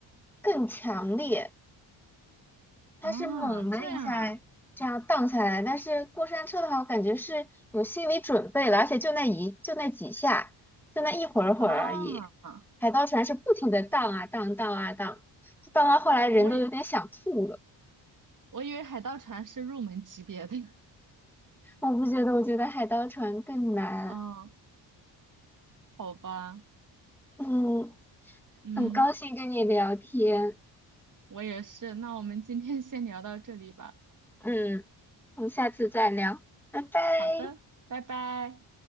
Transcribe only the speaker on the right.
啊，这样
啊，啊，
我以我以为海盗船是入门级别的，
<laughs> 啊，好吧，
嗯，
我也是，那我们今天先聊到这里吧，
好的，拜拜。